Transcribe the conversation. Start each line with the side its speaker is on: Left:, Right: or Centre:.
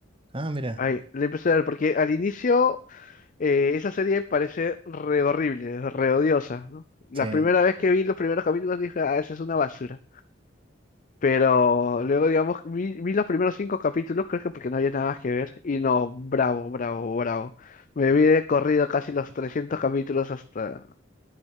Right: Ah, mira.
Left: Ay, le empecé a ver, porque al inicio... Eh, esa serie parece re horrible, re odiosa, ¿no? La
Right: Sí.
Left: primera vez que vi los primeros capítulos dije, ah, eso es una basura. Pero luego, digamos, vi, vi los primeros cinco capítulos, creo que porque no había nada más que ver. Y no, bravo, bravo, bravo. Me vi de corrido casi los 300 capítulos hasta,